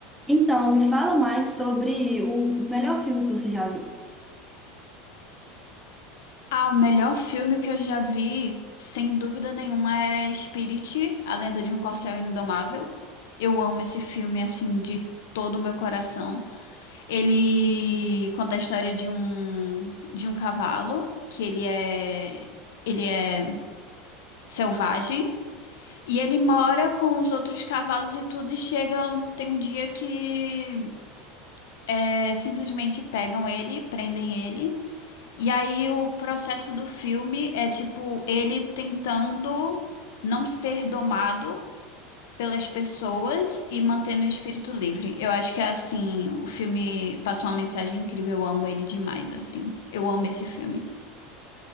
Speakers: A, in the centre; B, on the left.
A: Então, me fala mais sobre o melhor filme que você já viu.
B: Ah, o melhor filme que eu já vi, sem dúvida nenhuma, é Spirit, A Lenda de um Corcel Indomável. Eu amo esse filme, assim, de todo o meu coração. Ele conta a história de um, de um cavalo, que ele é, ele é selvagem, e ele mora com os outros cavalos e tudo, e chega, tem um dia que é, simplesmente pegam ele, prendem ele, e aí o processo do filme é tipo ele tentando não ser domado pelas pessoas e mantendo o espírito livre. Eu acho que é assim, o filme passa uma mensagem incrível, eu amo ele demais assim. Eu amo esse filme.